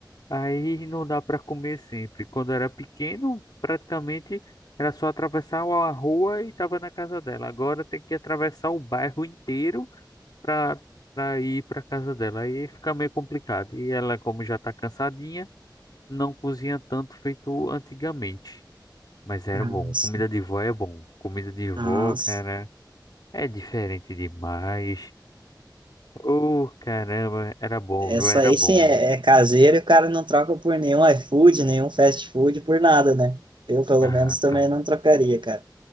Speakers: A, on the left (about 60°); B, on the right (about 75°).
A: aí não dá para comer sempre. Quando era pequeno, praticamente era só atravessar a rua e estava na casa dela. Agora tem que atravessar o bairro inteiro para para ir para casa dela. Aí fica meio complicado. E ela, como já está cansadinha, não cozinha tanto feito antigamente. Mas era
B: Nossa.
A: bom. Comida de vó é bom. Comida de vó,
B: Nossa.
A: cara. É diferente demais. Oh, caramba, era bom,
B: Essa
A: viu? Era
B: aí
A: bom.
B: sim é, é caseira e o cara não troca por nenhum iFood, nenhum fast food, por nada, né? Eu, pelo
A: Ah,
B: menos, também
A: tá-
B: não trocaria, cara.